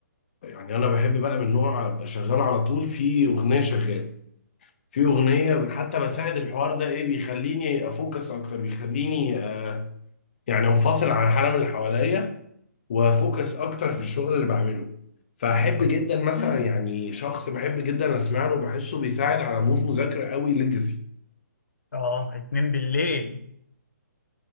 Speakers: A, on the left; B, on the left.
A: يعني انا بحب بقى من نوع ابقى شغال على طول في اغنيه شغاله في اغنيه حتى بساعد الحوار ده ايه بيخليني افوكس اكتر بيخليني آه يعني انفصل عن العالم اللي حواليا وافوكس اكتر في الشغل اللي بعمله فاحب جدا مثلا يعني شخص بحب جدا اسمع له بحسه بيساعد على مود مذاكره قوي ليجاسي
B: اه اتنين بالليل